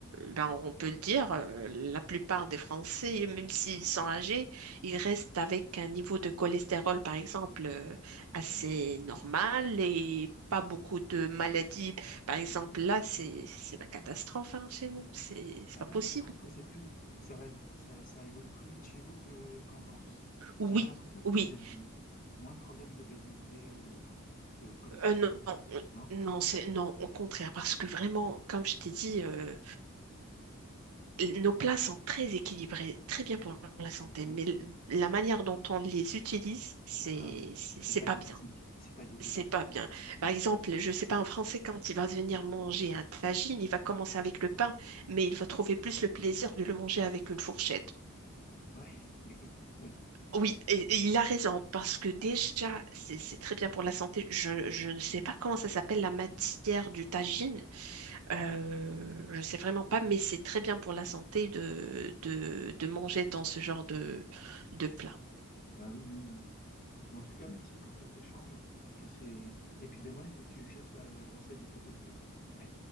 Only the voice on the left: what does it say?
Ah, mais c'est...
ah
bon,
tu trouves que c'est plus, ça va être, ça, ça évolue plus vite chez vous que, qu'en France?
J'avais l'impression que
vous aviez eu moins de problèmes d'obésité ou de trucs, de cholestérol.
Non?
Oui.
Ah oui.
C'est
pas
diététique.
C'est pas diététique.
Ouais.
Ouais. <laughs> Oui. Oui. Oui.
Ah oui, oui, oui. En tout cas, merci pour cet échange. Parce que c'est, et puis demain, il faut que tu cherches la recette du pot-au-feu. <laughs>